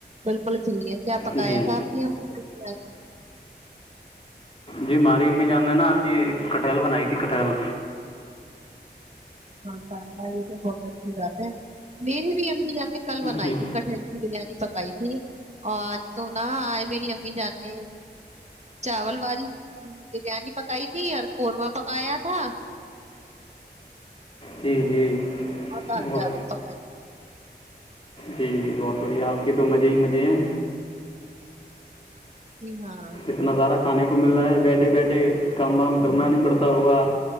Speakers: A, on the right (about 40°); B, on the left (about 30°).
A: بالکل صحیح ہے کیا پکایا
B: جی جی
A: تھا آپ نے ہم ہ <inaudible>
B: جی ہماری امی جاننے ہیں نا جی کٹھل بنائی تھی کٹہل
A: ہاں س یہ تو بہت اچھی بات ہے میری بھی امی جان کل بنائی
B: جی
A: تھی کٹ کی بریانی پک بائی ٹیک اور تو نہ آ میری امی جاتی چاول والی بریانی پکائی تھی اور قورمہ پکایا تھا
B: جی جی
A: ہاںالٹول
B: بہت
A: پک
B: جی جی بہت بڑھیا آپ کے تو مزے ہی مزے ہیں
A: <inaudible> جی ہاںاں
B: اتنا سارا کھانے کو مل رہا ہے بیٹھے بیٹھے کام وام کرنا نہیں پڑتا ہوگا